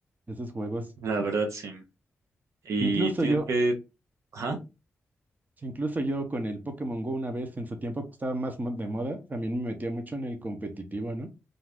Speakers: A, on the right; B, on the right.
A: esos juegos.
B: La verdad, sí. Y
A: Si Incluso
B: tienes
A: yo,
B: que... Ajá.
A: si incluso yo con el Pokémon Go una vez en su tiempo que estaba más mo- de moda, también me metía mucho en el competitivo, ¿no?